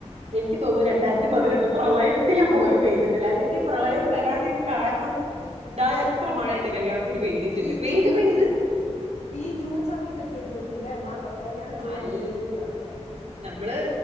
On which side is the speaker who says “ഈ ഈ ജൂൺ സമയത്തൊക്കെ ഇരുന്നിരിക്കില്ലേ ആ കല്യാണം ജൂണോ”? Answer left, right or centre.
Left